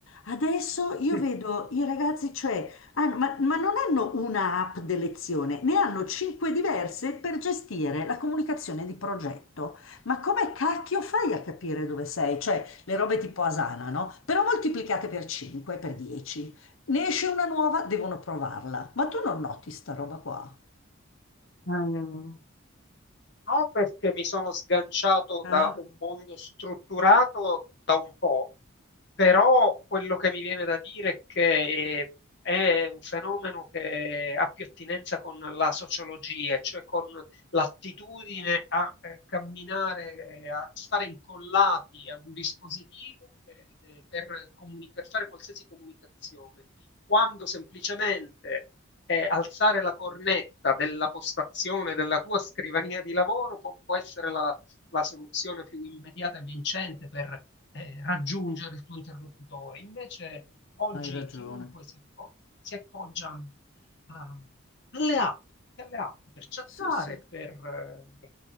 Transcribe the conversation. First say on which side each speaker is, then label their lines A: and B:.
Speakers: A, on the left; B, on the left.
A: Adesso io
B: <laughs>
A: vedo i ragazzi, cioè, hanno- ma, ma non hanno una app di lezione, ne hanno cinque diverse per gestire la comunicazione di progetto. Ma come cacchio fai a capire dove sei? Cioè, le robe tipo Asana, no? Però moltiplicate per 5, per 10. Ne esce una nuova, devono provarla. Ma tu non noti sta roba qua?
B: Mm. No, perché mi sono sganciato
A: Eh?
B: da un mondo strutturato da un po', Però quello che mi viene da dire è che eh, è un fenomeno che ha più attinenza con la sociologia, cioè con l'attitudine a eh, camminare, eh, a stare incollati a un dispositivo eh, per, comuni- per fare qualsiasi comunicazione, quando semplicemente eh, alzare la cornetta della postazione della tua scrivania di lavoro può, può essere la la soluzione più immediata e vincente per eh, raggiungere il tuo interlocutore. Invece oggi
A: Hai ragione.
B: chiunque si, appo- si appoggia uh, alle, app, alle app, per chattare,
A: Sì, sì.
B: per, eh,